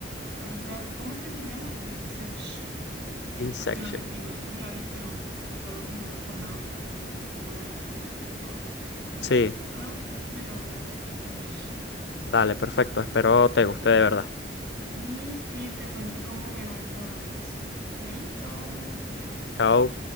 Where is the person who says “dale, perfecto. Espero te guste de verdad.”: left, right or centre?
Left